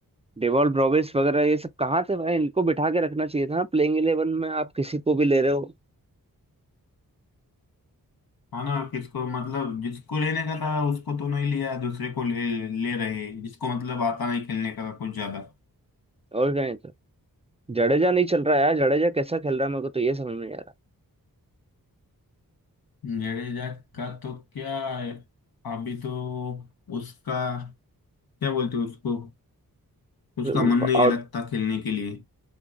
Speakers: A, on the right; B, on the left.
A: डेवॉल ब्रोवेस वगैरह ये सब कहाँ थे भाई इनको बिठा के रखना चाहिए था प्लेइंग इलेवन में आप किसी को भी ले रहे हो
B: हाँ ना किसको मतलब जिसको लेने का था उसको तो नहीं लिया दूसरे को ले ले रहे जिसको मतलब आता नहीं खेलने का कुछ ज्यादा
A: और क्या है तो जडेजा नहीं चल रहा है यार जडेजा कैसा खेल रहा है मेरे को तो ये समझ में नहीं आ
B: जडेजा का तो क्या है अभी तो उसका क्या बोलते हैं उसको उसका
A: रहा
B: मन नहीं लगता खेलने के लिए